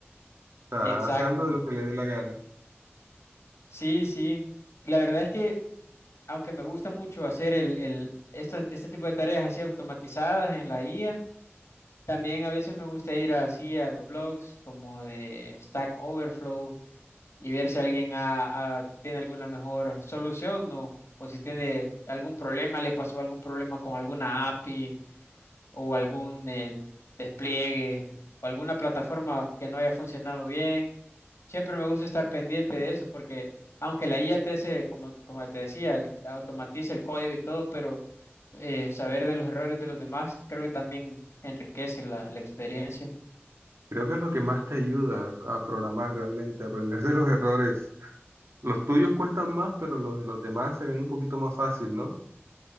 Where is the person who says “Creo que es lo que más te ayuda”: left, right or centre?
Right